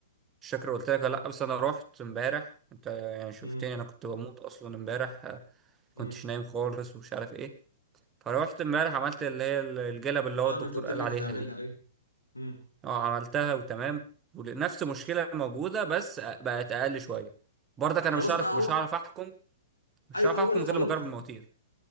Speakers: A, on the right; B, on the left.
A: مش فاكر قلت لك ولا لا بس انا رحت امبارح انت يعني شفتني
B: امم
A: انا كنت بموت اصلا امبارح آه،
B: امم
A: كنتش نايم خالص ومش عارف ايه فروحت امبارح عملت اللي هي الجلب اللي هو
B: اه
A: الدكتور
B: ما انت قلت
A: قال
B: لي انك
A: عليها
B: هتعملها
A: دي
B: ايوه امم
A: اه عملتها وتمام ونفس مشكلة موجودة بس بقت اقل شوية برضك
B: خلاص
A: انا مش عارف
B: بقى هو
A: مش عارف احكم مش
B: اي
A: هعرف
B: هو
A: احكم
B: اللي طالبها
A: غير لما اجرب المواتير